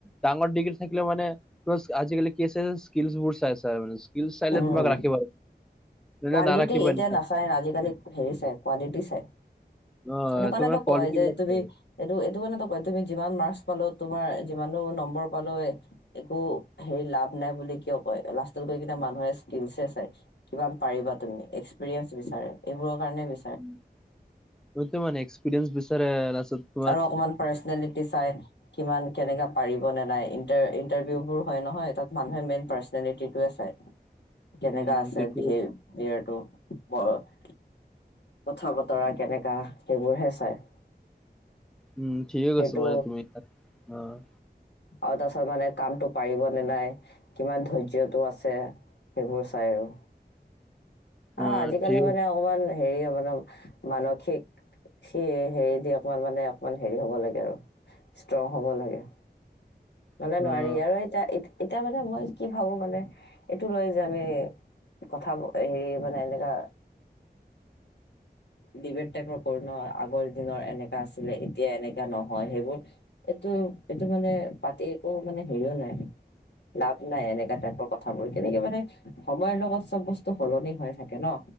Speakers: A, in the centre; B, on the left.
A: ডাঙৰ ডিগ্ৰী থাকিলে মানে বচ, আজিকালি চাইছে, স্কিল বোৰ চাই চাই মানে। স্কিলচ চাইলে
B: উম,
A: তোমাক ৰাখিব
B: কোৱানডিটি
A: নে নাৰাখিব
B: এতিয়া
A: এনেকুৱা
B: নাচায় আজিকালি হেৰি চাই কোৱালিটি চাই
A: অ'
B: সেইটো কাৰনেতো
A: তোমাৰ কোৱালিটি
B: কয় যে
A: বিলাক
B: তুমি
A: চাই,
B: এইটো এইটো কথাটো কয় তুমি যিমান মাৰ্কচ পালো তোমাৰ যিমানো নম্বৰ পালো একো হেৰি লাভ নাই বুলি কিয় কয়? লাষ্টত গৈ কি মানুহে স্কিলচ হে চায়, কিমান পাৰিবা তুমি? এক্সপিৰিয়েনচ বিচাৰে এইবোৰৰ কাৰণে বি
A: এইটো মানে এক্সপিৰিয়েন্ঞ্চ বিচাৰে লাচতত
B: আৰু অকমান পাৰ্চনেলিটি চাই কিমান কেনেকা পাৰিব নে নাই ইাৰ ইণ্টাৰভিউ বোৰ হয় নহয় তাত মানুহে মেইন পাৰ্চনেলিটিোৱে চায়।
A: <inaudible>
B: কেনেকা আছে
A: সেইটো
B: বি বিটো <unintelligible> কথা বতৰা কেনেকা সেইবোৰ হে চাই।
A: উম, ঠিকেই
B: সেইটো
A: কৈছা মানে তুমি অ'
B: আৰু তাৰপাছত মানে কামতটো পাৰিব নে নাই, কিমান ধৈৰ্যটো আছে। সেইবোৰ চাই আৰু, আহ
A: অ',
B: আজিকালি
A: ঠিক
B: মানে অকমান। হেৰি মানে মানসিক। সি হেৰি দি অকমান মানে অকমান হেৰি হ'ব লাগে আৰু ষ্ট্ৰং হ'ব লাগে।
A: অ',
B: মানে নোৱাৰি আৰু এতিয়া- এতিয়া মানে মই কি ভাবো মানে এইটো লৈ যামে। কথা হেৰি মানে এনেকা। ডিবেট টাইপৰ কৰো নহ, আগৰ দিনৰ এনেকা আছিলে এতিয়া এনেকা নহয় সেইবোৰ। এইটো - এইটো মানে পাতি একো মানে হেৰিও নাই। লাভ নাই এনেকা টাইপৰ কথাবোৰ কেনেকে মানে সময়ৰ লগত চব বস্তু সলনি হৈ থাকে ন?